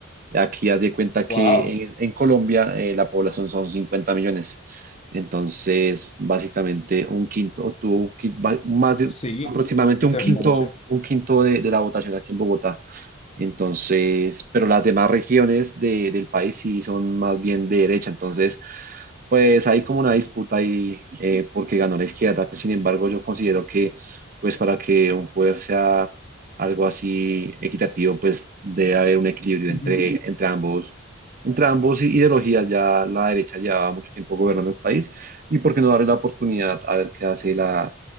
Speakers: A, on the right (about 40°); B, on the left (about 30°).
A: Aquí haz de cuenta que
B: Wow,
A: en, en Colombia eh, la población son 50 millones. Entonces, básicamente un quinto, o tuvo un qui- va- más de-
B: sí,
A: aproximadamente
B: eso
A: un quinto,
B: es mucho.
A: un quinto de, de la votación aquí en Bogotá. Entonces, pero las demás regiones de- del país sí son más bien de derecha. Entonces, pues hay como una disputa ahí eh, porque ganó la izquierda. Pues, sin embargo, yo considero que, pues para que un poder sea algo así equitativo, pues debe haber un equilibrio
B: Ujú.
A: entre, entre ambos, entre ambos i- ideologías. Ya la derecha llevaba mucho tiempo gobernando el país y por qué no darle la oportunidad a ver qué hace la